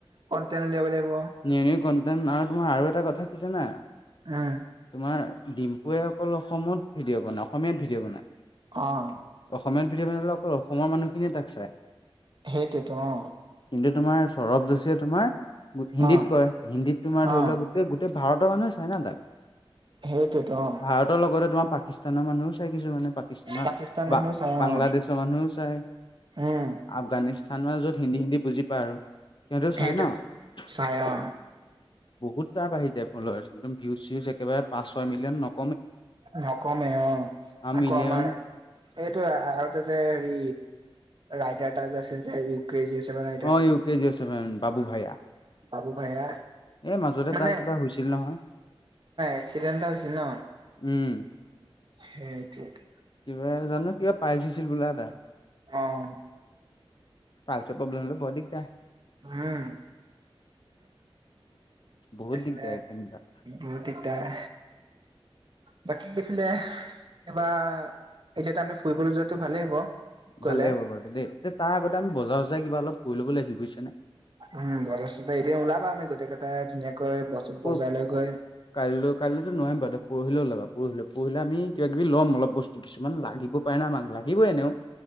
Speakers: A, on the right; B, on the left.
A: টাইম উলিয়াব লাগিব।
B: নিউ নিউ কন্টেন্ট, আৰু তোমাৰ আৰু এটা কথা কি জানা
A: উম।
B: তোমাৰ ডিম্পুৱে অকল অসমত ভিডিঅ' বনায়। অসমীয়াত ভিডিঅ' বনায়।
A: অহ।
B: অসমীয়াত ভিডিঅ বনালে, অকল অসমৰ মানুহখিনিয়ে তাক চায়।
A: সেইটোয়েতো অ'হ।
B: কিন্তু তোমাৰ শৰব যোশীয়ে তোমাৰ হিন্দীত
A: অ
B: কয়। হিন্দীত তোমাৰ ধৰি
A: অ
B: লওঁক গোটেই ভাৰতৰ মানুহ চাই না তাক।
A: সেইটোৱেইতো। অ'হ
B: ভাৰতৰ লগতে তোমাৰ পাকিস্তানৰ মানুহেও চা চায় কিছুমানে, পাকিস্তানৰ।
A: পাকিস্তান মানুহ
B: বা-
A: চাই
B: বাংলাদেশৰ
A: অ
B: মানুহেও চায়।
A: উম
B: আফগানিস্তা -স্থান -মান য'ত, হিন্দী -হিন্দী বুজি পাই আৰু, সিহঁতেও
A: সেইটোৱে
B: চাই ন?
A: চাই অ
B: বহুত টাপ আহি যায় <unintelligible> একদম ভিউজ চিউজ একেবাৰে পাঁচ ছয় মিলিয়ন ন
A: নকমেই অ',
B: আৰু
A: আকৌ
B: মিলিয়ন
A: আমাৰ সেইটোৱে আৰু এটা যে হেৰি ৰাইডাৰ এটা যে আছিল যে হেৰি <unintelligible>
B: অ', ইউ কে জি'ৰ ছেভেন বাবু ভাইয়া।
A: বাবু ভাইয়া
B: এই মাজতে
A: কেনে
B: তাৰ কিবা হৈছিল নহয়
A: এক্সিডেন্ট এটা হৈছিল ন'?
B: উম
A: সেইটোৱে টো
B: কিবা জানো কিবা পাইলছ হৈছিল বোলো এটা
A: অ',
B: পাইলচৰ প্ৰব্লেম হলে বৰ দিগদাৰ
A: উম
B: বহুত
A: আছিলে
B: দিগদাৰ কেনিবা
A: বহুত দিগদাৰ বাকী এইফালে কিবা এতিয়াতো আমি ফুৰিবলৈ যোৱাটো ভালেই হ'ব। গ'লে
B: ভালেই হ'ব বাৰু দেই, তাৰ আগতে আমি বজাৰ চজাৰ কিবা অলপ কৰি লব লাগছিল বুজিছানে?
A: উম, বজাৰ চজাৰ এদিন ওলাবা আমি গোটেই কেইটাই ধুনাকৈ
B: কৰ
A: বজাৰ লৈ গৈ
B: কাইলৈ কাইলৈতো নোৱাৰিম বাৰু পৰহিলৈ ওলাবা পৰহিলৈ পৰহিলৈ আমি কিবা কিবি লম অলপ বস্তু কিছুমান লাগিব পাৰি ন' <unintelligible> লাগিবই এনেও।